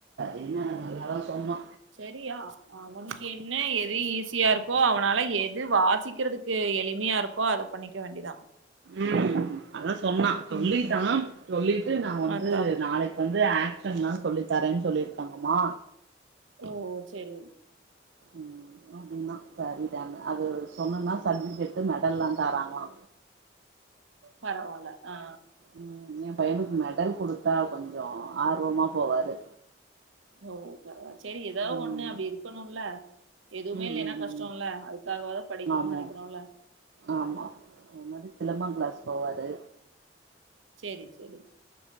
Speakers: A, on the right (about 65°); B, on the right (about 85°).
A: என்ன நல்ல தா சொன்னோ
B: செரியா அவனுக்கு என்ன எது ஈஸியா இருக்கோ அவனால எது வாசி படிக்கிறதுக்கு எளிமையா இருக்கோ அத பண்ணிக்க வேண்டிதா
A: ம் அதா சொன்னா சொல்லிட்டான்
B: ம்
A: சொல்லிட்டு நா வந்து
B: அதா
A: நாளைக்கு வந் ஆக்ஷன்லா சொல்லித் தரேன்னு சொல்லிருக்காங்கம்மா
B: ஓ செரி
A: ம் அப்டின்னா சரி தான அது சொன்னன்னா சட்விகேட்டு மெடல்லாம் தராங்களா
B: பரவால்ல ஆ
A: ம் ஏன் பையனுக்கு மெடல் குடுத்தா கொஞ்சோ ஆர்வமா போவாரு
B: ஓ <unintelligible> செரி ஏதாவது
A: ம்
B: ஒண்ணு அப்டி இருக்கணுல்ல எதுவுமே
A: ம்
B: இல்லேன்னா
A: ம்
B: கஷ்டோல்ல
A: ம்
B: அதுக்காகவாது படிக்கணும்னு
A: ஆமா
B: நெனைக்கிறோம்ல
A: ஆமா அது மாரி சிலம்பம் கிளாஸ் போவாரு
B: சேரி தோழி